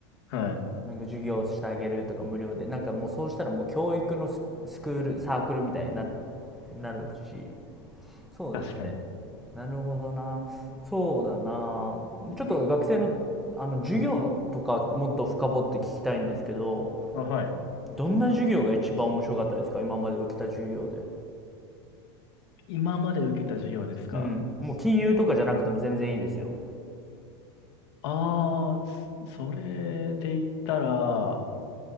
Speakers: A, on the left; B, in the centre.
A: <laughs> はい。
B: なんか授業してあげるとか無料で、なんかもうそうしたらもう教育のス、スクール、サークルみたいにな、なるし、そうですね。
A: 確かに。
B: なるほどな。そうだな。ちょっと学生の、あの、授業とかもっと深掘って聞きたいんですけど、
A: あ、はい。
B: どんな授業が一番面白かったですか今まで受けた授業で。
A: 今まで受けた授業ですか
B: うん。もう金融とかじゃなくても全然いいですよ。
A: ああそそれで言ったら、